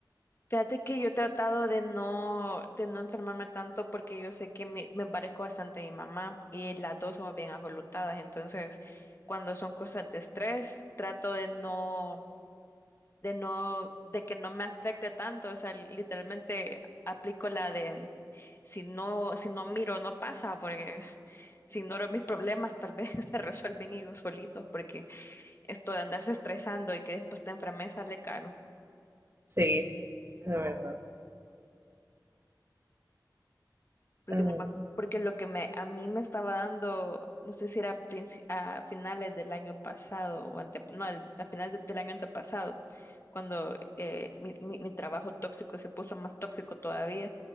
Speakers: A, on the left (about 35°); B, on the right (about 35°).
A: Fíjate que yo he tratado de no, de no enfermarme tanto porque yo sé que me, me parezco bastante a mi mamá y las dos somos bien ajolotadas. Entonces, cuando son cosas de estrés, trato de no, de no, de que no me afecte tanto. O sea, literalmente aplico la de si no, si no miro, no pasa, porque <laughs> si ignoro mis problemas, tal vez <laughs> se resuelven ellos solitos, porque esto de andarse estresando y que después te enfermes sale caro.
B: Sí, la verdad.
A: porque
B: Ay,
A: no me- porque lo que me a mí me estaba dando, no sé si era princi- a finales del año pasado o ante, no, el- a finales de- del año antepasado, cuando eh, mi, mi- mi trabajo tóxico se puso más tóxico todavía.